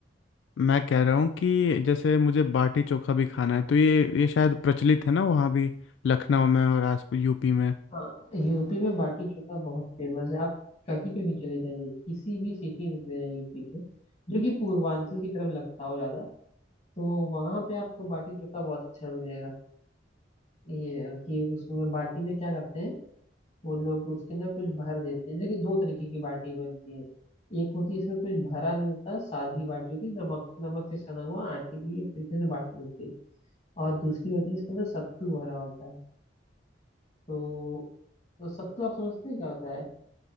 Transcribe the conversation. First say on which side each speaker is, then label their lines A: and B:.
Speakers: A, on the left; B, on the left.
A: मैं कह रहा हूँ कि जैसे मुझे बाटी चोखा भी खाना है तो ये ये शायद प्रचलित है ना वहाँ भी लखनऊ में और आस यूपी में
B: हाँ यूपी में बाटी चोखा बहुत फेमस है आप कहीं पे भी चले जाइए किसी भी सिटी में चले जाइए यूपी के जो कि पूर्वांचल की तरफ लगता हो ज्यादा तो वहां पे आपको बाटी चोखा बहुत अच्छा मिलेगा ये है कि उसमें बाटी में क्या करते हैं वो लोग उसके अंदर कुछ भर देते हैं देखिए दो तरीके की बाटी बनती है एक होती है इसमें कुछ भरा नहीं होता सादी बाटी होती है नमक नमक से सना हुआ आटे की एक तरीके से बाटी होती है और दूसरी होती है इसके अंदर सत्तू भरा होता है तो, तो सत्तू आप समझते हैं क्या होता है